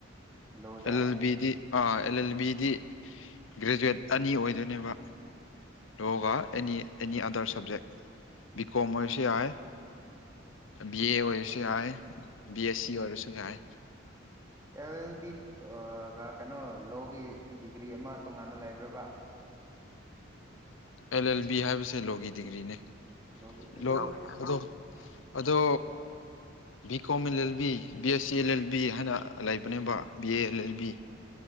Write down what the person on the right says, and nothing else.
ꯂꯣꯗ
ꯑꯦꯜ ꯑꯦꯜ ꯕꯤ ꯑ ꯔꯥ ꯀꯩꯅꯣ ꯂꯣꯒꯤ ꯗꯤꯒ꯭ꯔꯤ ꯑꯃ ꯇꯣꯉꯥꯟꯅ ꯂꯩꯕ꯭ꯔꯕ
ꯂꯣꯒꯤ ꯑꯗꯨ
ꯎꯝ